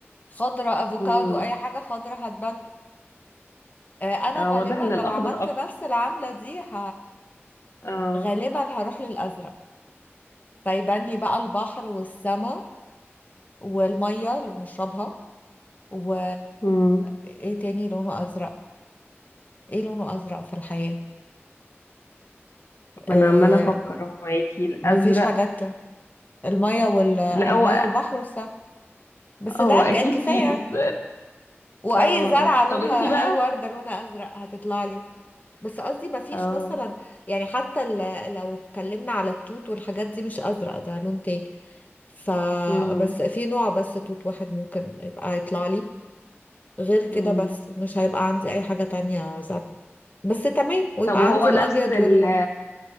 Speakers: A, on the left; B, on the left.
A: خضره افوكادو
B: مم.
A: اي حاجه خضره هتبان آه، انا
B: آه،
A: غالبا
B: واضح
A: لو
B: ان الاخضر
A: عملت
B: اكتر
A: نفس العملة دي ه...
B: اه
A: غالبا هروح للازرق فيبان لي بقى البحر والسماء والمية اللي بنشربها و
B: مم.
A: ايه تاني لونه ازرق ايه لونه ازرق في الحياة
B: ما
A: آه،
B: انا عماله افكر اهو معاكي الازرق
A: مفيش حاجات تانية. المية وال... المية
B: لا هو
A: والبحر والسماء بس ده
B: هو اكيد
A: ك- كفاية
B: فيه بس
A: واي
B: اه
A: زرعه
B: اه
A: لونها
B: طب انتي بقى
A: اي ورده لونها ازرق هتطلع لي بس قصدي ما فيش
B: اه
A: مثلا يعني حتى ال- لو اتكلمنا على التوت والحاجات دي مش ازرق ده لون تاني ف
B: مم.
A: بس في نوع بس توت واحد ممكن يبقى يطلع لي غير كده
B: مم.
A: بس مش هيبقى عندي اي حاجه تانية زرق بس تمام ويبقى
B: طب وهو
A: عندي
B: نفس
A: الابيض
B: ال
A: وال